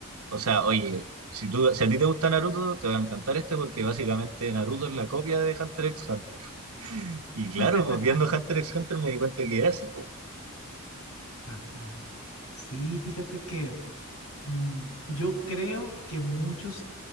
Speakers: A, on the right (about 85°); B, on the left (about 85°).
A: o sea, oye, si tú, si a ti te gusta Naruto, te va a encantar este porque básicamente Naruto es la copia de Hunter x Hunter. <laughs> Y claro,
B: <laughs>
A: pues viendo Hunter x Hunter me di cuenta que era así, pues.
B: Ajá. Sí, fíjate que mm, yo creo que muchos,